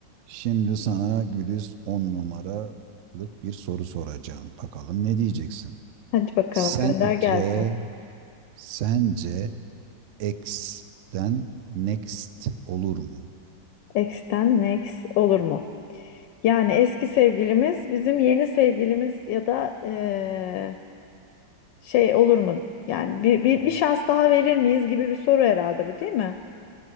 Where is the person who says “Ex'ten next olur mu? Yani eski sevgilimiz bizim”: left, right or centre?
Left